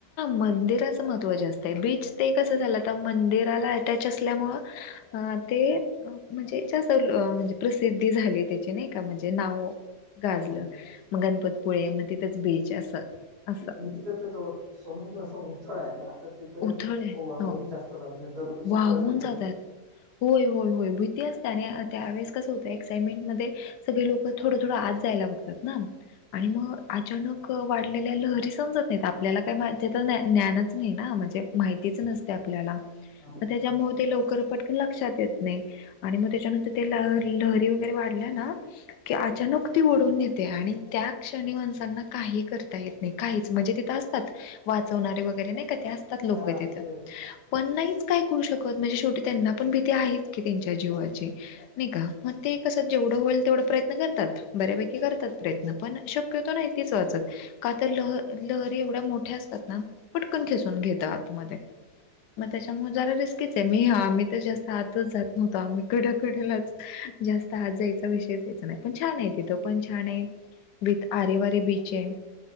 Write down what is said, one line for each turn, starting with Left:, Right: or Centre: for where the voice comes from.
Left: मंदिराच महत्व जास्त आहे, बीच ते कस झालं आता मंदिराला अटॅचं असल्यामुळ अ ते म्हणजे जास्त म्हणजे प्रसिद्धी झाली त्याची नाही का, म्हणजे नाव गाजलं
Right: हम्म.
Left: मग, गणपतपुळे मग तिथंच बीच असं. असं
Right: आणि तिथ तेचं समुद्र असं उथळ आहे ना? तर तिथं
Left: उथळ आहे
Right: वाहून
Left: हो
Right: जास्त जातात, म्हणजे दरवर्षी
Left: वाहून
Right: पर्यटक <unintelligible>
Left: जातात होय होय होय, भीती असते आणि त्या वेळेस कसं होतं, एक्साइटमेंट मध्ये सगळे लोक थोडं थोडं आत जायला बघतात ना. आणि मग अचानक वाढलेल्या लहरी समजत नाही आपल्याला काय मा त्याच ज्ञानच नाही ना म्हणजे माहितीच नसते आपल्याला
Right: हा
Left: मग त्याच्यामुळे ते लवकर पटकन लक्षात येत नाही आणि मग त्याच्यानंतर ते लहरी लहरी वगैरे वाढल्या की अचानक ती ओढून नेते आणि त्या क्षणी माणसांना काही करता येत नाही काही चं म्हणजे तिथ असतात वाचवणारे नाही का ते असतात लोक
Right: हा
Left: तिथ
Right: ते
Left: पण नाही काय करू शकत म्हणजे शेवटी त्यांना पण भीती आहे त्यांच्या जीवाची नाही का ते कसं जेव- -ढं होईल तेवढं प्रयत्न करतात बऱ्यापैकी करतात प्रयत्न पण शकतो नाही ती वाचत. का तर लहरी लहरी एवढ्या मोठ्या असतात ना, पटकन खेचून घेता आत मध्ये मग त्याचा जरा रिस्कीच आहे, मी आम्ही तर जास्त आतच जात नव्हतो आम्ही कडं कडंलाच जास्त आत जायचा विषय यायचा नाही, पण छान आहे तिथं पण छान आहे. विथ आरे वारे बीच आहे.